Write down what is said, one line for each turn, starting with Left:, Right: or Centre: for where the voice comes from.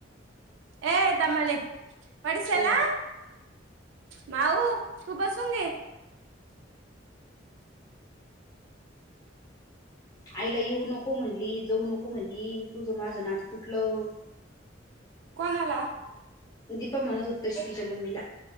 Right: ए दमाने पडशाल
Left: हो
Right: आ. माऊ तू बसून गे.
Left: आईला येऊ नको म्हणली जाऊ नको म्हणली तुझ माझं नाक तुटलं.
Right: कोणाला?
Left: दीपक मनत होता तस तिच्या मम्मीला.